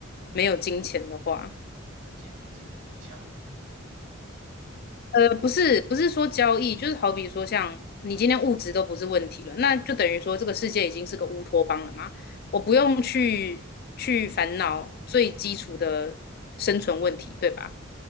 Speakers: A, on the left; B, on the right.
A: 没有金钱的话。
B: 金钱精神怎么交易，
A: 呃，不是，不是说交易，就是好比说，像你今天物质都不是问题了，那就等于说这个世界已经是个乌托邦了嘛。我不用去去烦恼最基础的生存问题，对吧？